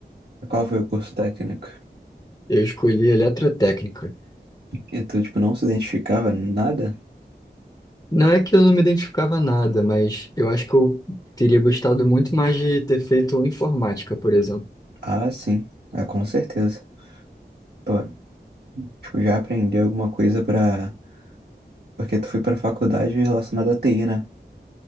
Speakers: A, on the right; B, on the left.
A: Qual foi o curso técnico?
B: Eu escolhi eletrotécnica.
A: E tu, tipo, não se identificava nada?
B: Não é que eu não me identificava nada, mas eu acho que eu teria gostado muito mais de ter feito informática, por exemplo.
A: Ah, sim. É, com certeza. Pô, tipo, já aprendeu alguma coisa pra... Porque tu foi pra faculdade relacionada à TI, né?